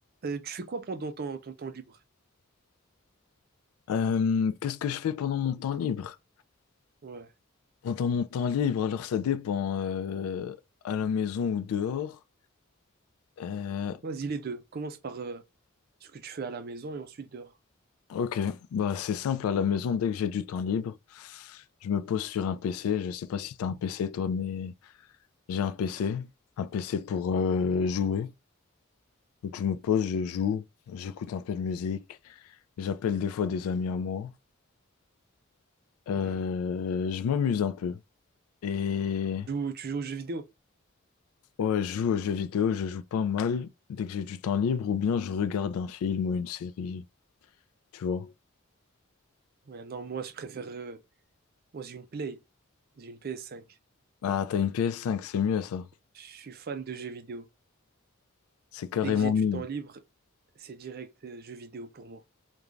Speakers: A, on the right; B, on the left.
A: Euh, tu fais quoi pendant ton, ton temps libre?
B: Euh, qu'est-ce que je fais pendant mon temps libre?
A: Ouais.
B: Pendant mon temps libre, alors ça dépend, euh, à la maison ou dehors. Euh,
A: Vas-y, les deux. Commence par euh, ce que tu fais à la maison et ensuite dehors.
B: ok, bah c'est simple, à la maison, dès que j'ai du temps libre, je me pose sur un PC. Je sais pas si t'as un PC toi, mais j'ai un PC, un PC pour euh, jouer. Donc je me pose, je joue, j'écoute un peu de musique, j'appelle des fois des amis à moi. Euh,
A: Ouais.
B: je m'amuse un peu. Et
A: Tu joues, tu joues aux jeux vidéo?
B: Ouais, je joue aux jeux vidéo, je joue pas mal dès que j'ai du temps libre ou bien je regarde un film ou une série, tu vois.
A: Ouais, non, moi, je préfère. euh, moi, j'ai une Play. J'ai une PS5.
B: Ah, t'as une PS5, c'est mieux ça.
A: Je suis fan de jeux vidéo.
B: C'est carrément
A: Dès que j'ai du
B: mieux.
A: temps libre, c'est direct euh, jeux vidéo pour moi.